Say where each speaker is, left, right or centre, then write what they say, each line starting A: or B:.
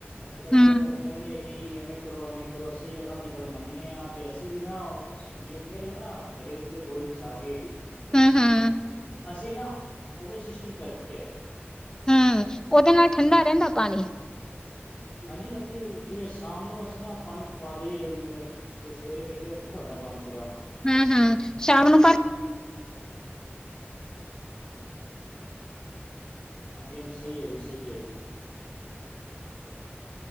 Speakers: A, on the left; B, on the left.
A: ਅੱਜੇ ਤੱਕ
B: ਹੂੰ,
A: ਓ ਕੈਂਦੇ। ਕਿ ਐਵੇਂ ਕਰੋ ਐਵੇਂ ਕਰੋ, ਅਸੀਂ ਓਨਾਂ ਦੀ ਗੱਲ ਮੰਨਦੇ ਆ ਤੇ ਅਸੀਂ ਵੀ ਨਾ ਤੁਸੀਂ ਜਿਵੇਂ ਕੈ ਰੇਓ ਨਾ। ਗੜੇ ਦੇ ਉਤੇ ਬੋਰੀ ਵਿਛਾ ਕੇ
B: ਹਾਂ-ਹਾਂ।
A: ਅਸੀਂ ਨਾ, ਓਹੀ ਸਿਸਟਮ ਕਰ ਰੱਖਿਆ ਐ।
B: ਹਾਂ ਓਦੇ ਨਾਲ ਠੰਡਾ ਰੇਂਦਾ ਪਾਨੀ।
A: ਹਾਂਜੀ-ਹਾਂਜੀ ਜਿਵੇਂ ਸ਼ਾਮ ਨੂੰ ਅਸੀਂ ਨਾ ਪਾਨੀ ਪਵਾਦੇ ਅਐ ਅੰਦਰ ਤੇ ਸਵੇਰੇ ਵੇਖੇ ਤਾਂ ਠੰਡਾ ਹੁੰਦਾ ਪਾਨੀ ਪੂਰਾ
B: ਹੂੰ-ਹੂੰ ਸ਼ਾਮ ਨੂੰ ਭਰ
A: ਹਾਂਜੀ-ਹਾਂਜੀ ਸਈ ਐ ਜੀ ਸਈ ਐ ਜੀ।